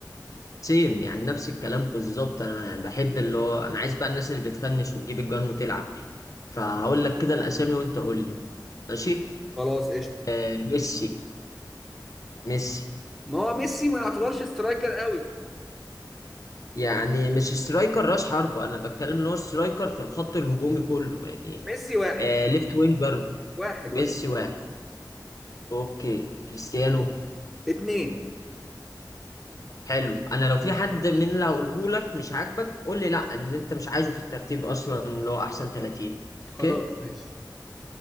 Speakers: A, on the left (about 50°); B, in the centre.
A: سيم يعني نفس الكلام بالظبط انا يعني بحب اللي هو انا عايز بقى الناس اللي بتفنش وتجيب الجوان وتلعب دي فهقول لك كده الاسامي وانت قول لي ماشي
B: خلاص قشطه
A: آه ميسي ميسي
B: ما هو ميسي ما يعتبرش سترايكر قوي
A: يعني مش سترايكر راس حربة انا بتكلم ان هو سترايكر في الخط الهجومي كله يعني
B: ميسي واحد
A: آه ليفت وينج جاربر
B: واحد
A: ميسي
B: واحد
A: واحد اوكي كريستيانو
B: اتنين
A: حلو انا لو في حد من اللي هقوله لك مش عاجبك قول لي لا ان انت مش عايزه في الترتيب اصلا اللي هو احسن 30 اوكي
B: خلاص ماشي